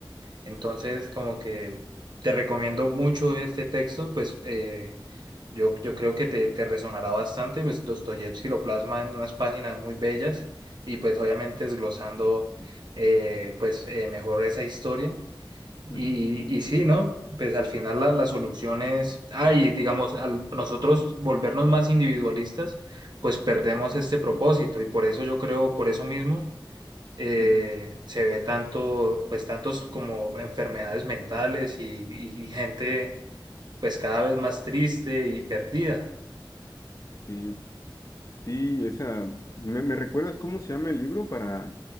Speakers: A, on the right (about 60°); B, on the left (about 40°).
A: Entonces, como que
B: ujú,
A: te recomiendo mucho este texto, pues... eh, Yo, yo creo que te, te resonará bastante, pues Dostoyevsky lo plasma en unas páginas muy bellas y pues obviamente desglosando eh, pues eh, mejor esa historia. Y,
B: ujú,
A: y sí, ¿no? Pues al final la, la solución es, ah, y digamos, al nosotros volvernos más individualistas, pues perdemos este propósito y por eso yo creo, por eso mismo, eh,
B: ujú.
A: se ve tanto, pues tantos como enfermedades mentales y, y gente pues cada vez más triste y perdida.
B: Sí, sí, esa... ¿Me, me recuerdas cómo se llama el libro para...